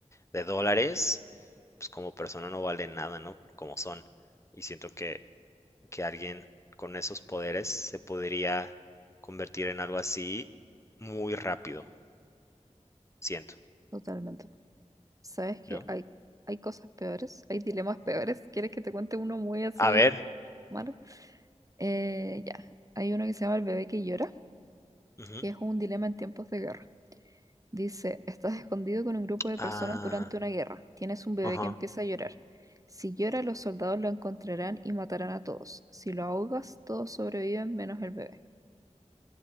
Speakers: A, on the left; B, on the right.
A: de dólares, pues como persona no valen nada, ¿no? Por Como son. Y siento que, que alguien con esos poderes se podría convertir en algo así muy rápido, siento,
B: totalmente. ¿Sabes que
A: ¿no?
B: hay, hay cosas peores? Hay dilemas peores. ¿Quieres que te cuente uno muy así
A: A ver.
B: malo? Eh, ya, hay uno que se llama El bebé que llora,
A: ujú.
B: que es un dilema en tiempos de guerra. Dice, estás escondido con un grupo de
A: Ah,
B: personas durante una guerra. Tienes un bebé
A: ajá.
B: que empieza a llorar. Si llora, los soldados lo encontrarán y matarán a todos. Si lo ahogas, todos sobreviven menos el bebé.